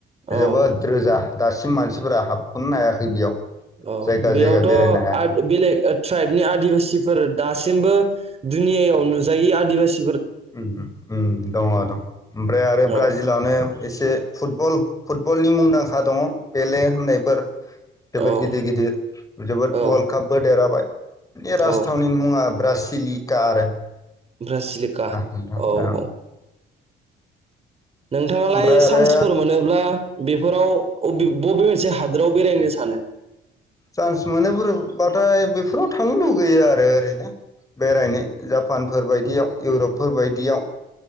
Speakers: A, on the right (about 30°); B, on the left (about 15°).
A: औ
B: जोबोद रोजा दासिम मानसिफोरा हाबख'नो हायाखै बेयाव।
A: औ
B: जायगा
A: बेयावथ'
B: जायगा बेरायनो हायाखै
A: <unintelligible> बेलेग ट्राइबनि आदिबासिफोर दासिमबो दुनिययाव नुजायै आदिबासि
B: उम उम उम दङ' दङ' ओमफ्राय आरो
A: औ
B: ब्राजिलानायाव एसे फुटबल फुटबलनि मुंदांखा दङ' पेले होननायफोर। जोबोद
A: औ
B: गिदिर गिदिर जोबोद
A: औ
B: वर्ल्ड कापबो देरहाबाय। बे राजथावनि
A: औ
B: मुङा ब्रसिलिका आरो।
A: ब्रासिलिका
B: नोंथां
A: औ
B: ओं
A: औ। नोंथाङालाय
B: ओमफ्राय
A: सान्सफोर
B: आरो
A: मोनो <unintelligible> बेफोराव अबे बबे मोनसे हादोराव बेरायनो सानो?
B: सान्स मोनो <unintelligible> बाथाय बेफोराव थांनो लुगैयो आरो ओरैनो। बेरायनो जापानफोर बायदियाव इउरपफोर बायदियाव।